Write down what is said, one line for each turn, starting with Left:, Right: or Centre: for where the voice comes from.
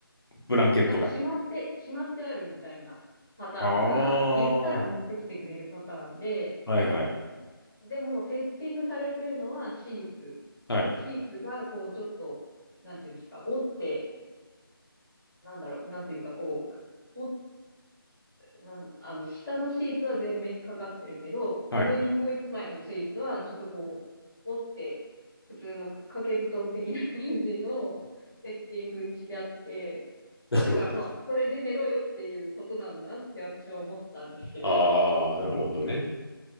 Left: ブランケットが。
Centre: なんかしまって、しまってあるみたいなパターンか、
Left: ああ、
Centre: 言ったら持ってきてくれるパターンで、
Left: はいはい。
Centre: でもセッティングされてるのはシーツ。
Left: はい。
Centre: シーツがこうちょっと、なんていうんですか、折って、なんだろう、なんていうかこう、折っなん、あの、下のシーツは全面にかかってるけど、
Left: はい。
Centre: 上にもう一枚のシーツはちょっとこう、折って、普通の掛け布団的な感じのセッティングにしてあって、
Left: なるほど。
Centre: だからまあ、それで寝ろよっていうことなんだなって私は思ったんですけど、
Left: ああ、なるほどね。